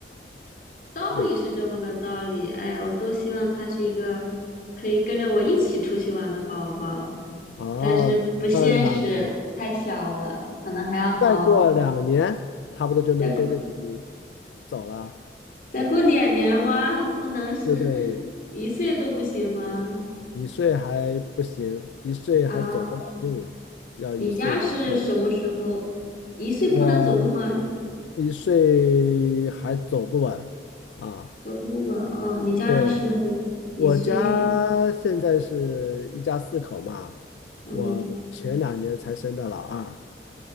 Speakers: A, on the left; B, on the left.
A: 道理是这么个道理，
B: 对，
A: 哎，我都希望他是一个可以跟着我一起出去玩的宝宝，
B: 哦，
A: 但是不现实，
B: 那两
A: 太小了，可能还要好，
B: 再过两年，差不多就能跟着你
A: 再过
B: 走了，
A: 再过两年哇，<laughs> 不能是
B: 对不对？
A: <laughs> 一岁都不行吗？
B: 一岁还不行，一岁还走不了路，
A: 啊，
B: 要一岁后，
A: 你家是什么时候？一岁不能走路吗？
B: 我一岁还走不稳啊。
A: 走不稳哦，你家是一岁开，
B: 对。我家现在是一家四口嘛，
A: 嗯，
B: 我前两年才生的老二，